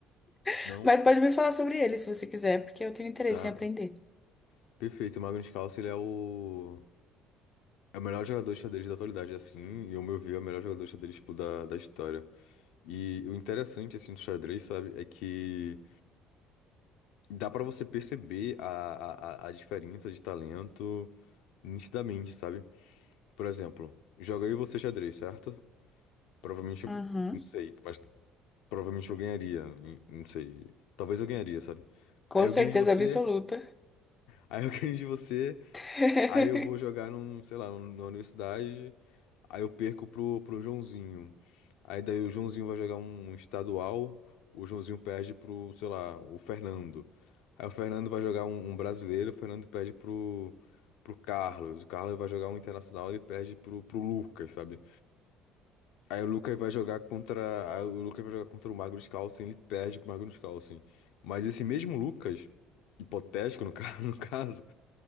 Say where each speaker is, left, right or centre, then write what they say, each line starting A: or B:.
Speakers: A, on the left; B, on the left.
A: <laughs>
B: Não.
A: Mas pode me falar sobre ele se você quiser, porque eu tenho interesse
B: Tá.
A: em aprender.
B: Perfeito. O Magnus Carlsen, ele é o... É o melhor jogador de xadrez da atualidade, assim, e ao meu ver, é o melhor jogador de xadrez, tipo, da, da história. E o interessante, assim, do xadrez, sabe, é que dá pra você perceber a, a, a a diferença de talento nitidamente, sabe? Por exemplo, joga eu e você xadrez, certo? Provavelmente, eu
A: Uhum.
B: não sei, mas provavelmente eu ganharia, n- não sei. Talvez eu ganharia, sabe? Aí
A: Com
B: eu
A: certeza
B: ganho de você,
A: absoluta.
B: aí eu <laughs> ganho de você,
A: <laughs>
B: Aí eu vou jogar num, sei lá, na universidade. Aí eu perco pro, pro Joãozinho. Aí daí o Joãozinho vai jogar um um estadual. O Joãozinho perde pro, sei lá, o Fernando. Aí o Fernando vai jogar um, um brasileiro. O Fernando perde pro, pro Carlos. O Carlos vai jogar um internacional. Ele perde pro, pro Lucas, sabe? Aí o Lucas vai jogar contra. Aí o Lucas vai jogar contra o Magnus Carlsen. Ele perde pro Magnus Carlsen. Mas esse mesmo Lucas, hipotético no ca- <laughs> no caso,